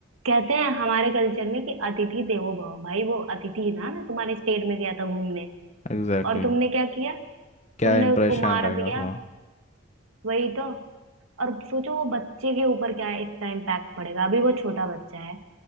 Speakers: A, on the right; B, on the left.
A: कहते हैं हमारे कल्चर में कि अतिथि देवो भव भाई वो अतिथि ही था ना तुम्हारे स्टेट में गया था घूमने
B: Exactly
A: और
B: exactly.
A: तुमने क्या किया
B: क्या
A: तुमने
B: इम्प्रेशन
A: उसको मार
B: रहेगा
A: दिया
B: उसका
A: वही तो और सोचो वो बच्चे के ऊपर क्या इसका इम्पैक्ट पड़ेगा अभी वो छोटा बच्चा है